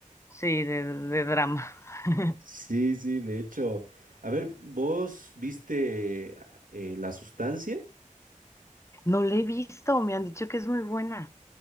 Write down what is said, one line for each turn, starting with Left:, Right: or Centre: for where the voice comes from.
Left: sí, de, de drama. <laughs>
Right: Sí, sí, de hecho, a ver, ¿vos viste eh, La Sustancia?
Left: No la he visto, me han dicho que es muy buena.